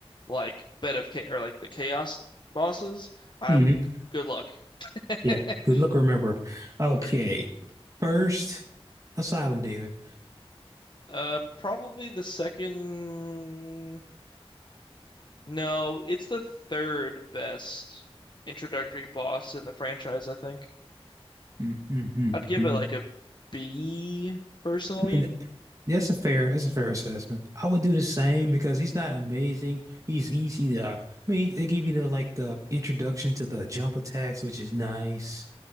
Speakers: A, on the left; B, on the right.
A: like bed of cha or like the chaos bosses. I
B: hmm
A: good luck. <laughs>
B: Yeah, good luck remember 'em. Okay,
A: Or,
B: first Asylum Demon.
A: uh, probably the second. No, it's the third best introductory boss in the franchise. I think
B: Mm-hmm.
A: I'd give
B: mm-hmm.
A: it like a B personally.
B: I mean, that's a fair that's a fair assessment. I would do the same because he's not amazing. He's easy to. I mean, he- they give you the like the introduction to the jump attacks, which is nice,